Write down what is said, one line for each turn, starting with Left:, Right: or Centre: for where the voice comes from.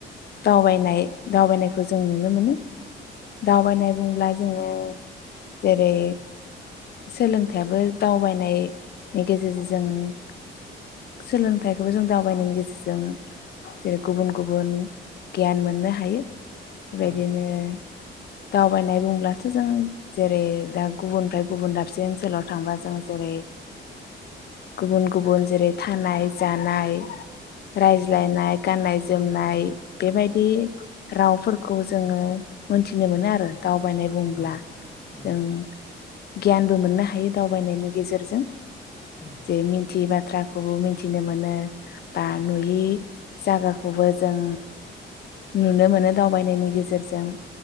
Left: दावबायनाय दावबायनायखौ जों नुनो मोनो। दावबायनाय बुंब्ला जोङो जेरै सोलोंथाइयाबो दावबायनाय गेजेरजों जों सोलोंथाइखौबो जों दावबायनायनि गेजेरजों जेरै गुबुन गुबुन गियान मोननो हायो। बेबादिनो।
Centre: औ
Left: दावबायनाय बुंब्लाथ' जों जेरै दा गुबुननिफ्राय गुबुन दाबसे ओनसोलाव थांबा जों जेरै गुबुन गुबुन जेरै थानाय जानाय रायज्लायनाय गाननाय जोमनाय बेबायदि रावफोरखौ जोंओ मोनथिनो मोनो आरो। दावबायनाय बुंब्ला
Centre: औ नंगौ
Left: जों। गियानबो मोननो हायो दाव दावबायनायनि गेजेरजों
Centre: नंगौ
Left: जे मिथियै बाथ्राखौबो मिथिनो मोनो बा नुयि जागाखौबो जों नुनो मोनो दावबायनायनि गेजेरजों।